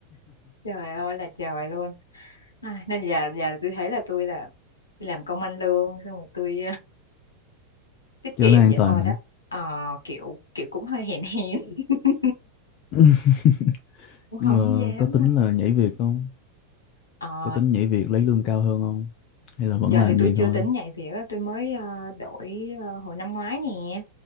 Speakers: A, on the left; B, on the left.
A: trời ơi là trời luôn Ai, nên giờ giờ là tôi thấy là tôi là đi làm công ăn lương xong rồi tôi tiết
B: cho
A: kiệm
B: nó an
A: vậy
B: toàn
A: thôi
B: hả
A: đó Ờ, kiểu kiểu cũng hơi hèn hèn <laughs>
B: <laughs>
A: cũng
B: nhưng
A: không
B: mà
A: dám
B: có tính là nhảy việc không
A: ờ,
B: Có tính nhảy việc lấy lương cao hơn không? Hay là vẫn
A: giờ
B: làm
A: thì tôi
B: vậy
A: chưa
B: thôi?
A: tính nhảy việc á, tôi mới ờ, đổi ờ, hồi năm ngoái nè